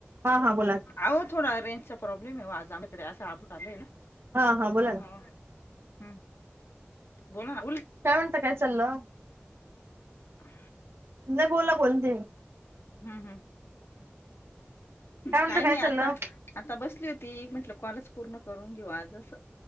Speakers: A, on the right; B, on the left.
A: हां हां बोला.
B: अह थोडा रेंजचा प्रॉब्लेम आहे आज आमकडे असं आबूट आलं आहे ना
A: हा हा
B: त्या
A: बोला
B: हं.
A: ना.
B: बोला ना.
A: काय म्हणता काय चाललं.
B: अ.
A: तुझ नाही बोला बोल दे.
B: हम् हम्.
A: काय म्हणता
B: काही
A: काय
B: नाही
A: चाललं?
B: आता आता बसली होती एक म्हटलं कॉलच पूर्ण करून घेऊ आज असं.